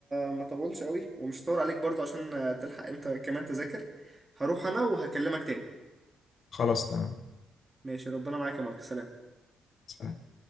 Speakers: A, on the right; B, on the left.
A: ما اطولش قوي ومش هطول عليك برضه عشان تلحق انت كمان تذاكر هروح انا وهكلمك تاني
B: خلاص تمام
A: ماشي ربنا معاك يا مارك سلام
B: سلام.